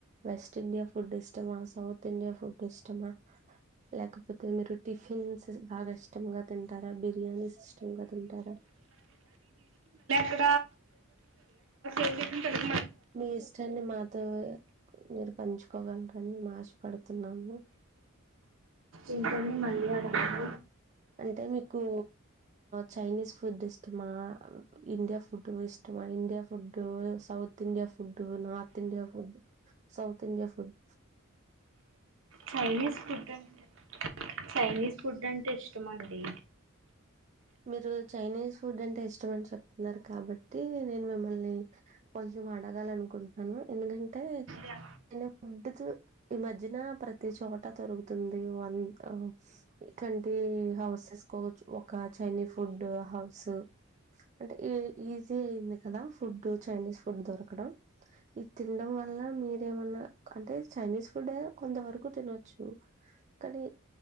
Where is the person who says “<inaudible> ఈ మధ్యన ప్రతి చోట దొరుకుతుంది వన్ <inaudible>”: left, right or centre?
Right